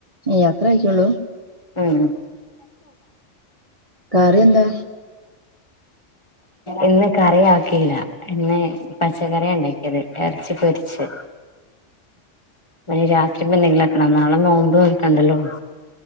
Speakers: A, on the right; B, on the left.
A: ഏഹ് അത്ര ആയിക്കുള്ളൂ
B: ഹ്മ്മ്
A: കറി എന്താ?
B: ഇന്ന് കറി ആക്കില്ല ഇന്ന് പച്ചക്കറിയാ ഇണ്ടാക്കിയത് എർച്ചി പൊരിച്ച്, അത് രാത്രി' <unintelligible> നാളെ നോമ്പ് നോൽക്കണ്ടല്ലോ